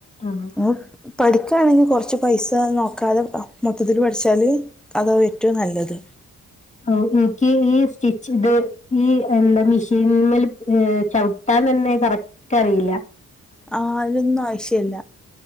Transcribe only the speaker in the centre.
ഓഹ പഠിക്കാണെ കൊറ്ച്ച് പൈസ നോക്കാതെ അ മൊത്തത്തില് പഠിച്ചാല് അതാ ഏറ്റവും നല്ലത്
ആ അയ്നൊന്നും ആവശ്യല്ല